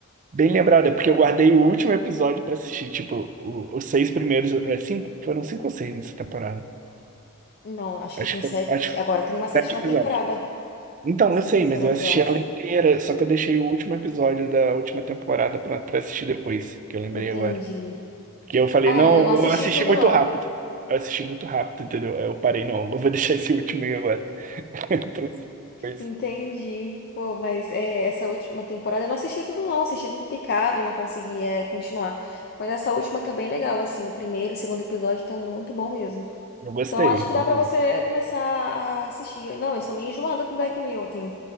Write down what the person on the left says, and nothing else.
Não, acho
que tem
sete.
Agora tem uma sétima
temporada,
se,
se
eu não
me
engano.
Entendi.
Ah,
eu
não
assisti
tudo,
não.
<laughs>
Entendi. Pô, mas é, essa última temporada eu não assisti tudo, não. Assisti tudo picado, não consegui é, continuar. Mas essa última tá bem legal, assim. O primeiro, o segundo episódio tá muito bom mesmo.
Então acho que dá pra
você começar a assistir. Não, eu sou meio enjoada com Black Mirror. Tem,